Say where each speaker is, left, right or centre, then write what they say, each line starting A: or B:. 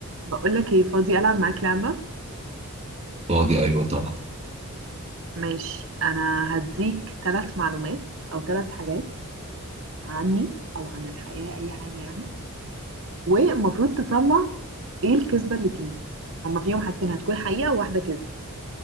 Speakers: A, on the right; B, on the right.
A: بقولك ايه فاضي ألعب معاك لعبة
B: فاضي ايوه طبعا
A: ماشي أنا هديك ثلاث معلومات أو ثلاث حاجات عني أو عن الحياة أي حاجة يعني والمفروض تطلع ايه الكذبة اللي فيهم هما فيهم حاجتين هتكون حقيقة وواحدة كذب